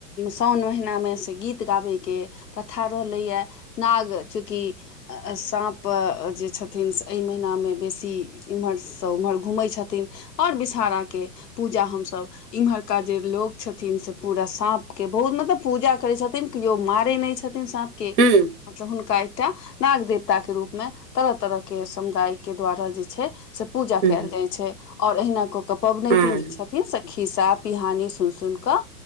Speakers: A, on the left (about 70°); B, on the right (about 35°).
A: साओन महिनामे से गीत गाबैके प्रथा रहलैए नाग चुकी साँप जे छथिन से एहि महनामे बेसी एम्हरसँ ओम्हर घूमै छथिन ओर विषहारा के पूजा हमसभ इम्हरका जे लोक छथिन से पूरा साँप के बहुत मतलब पूजा करै छथिन केओ मारे नहि छथिन साँप के
B: हुँ
A: हुनका एकटा नाग देवताके रूपमे तरह तरहके समुदायके द्वारा जे छै से पूजा
B: हुँ
A: कयल जाइ छै आओर अहिना क क पबनैतिन
B: हुँ
A: जे छथिन हे सखी सब पिहानी सुन सुन क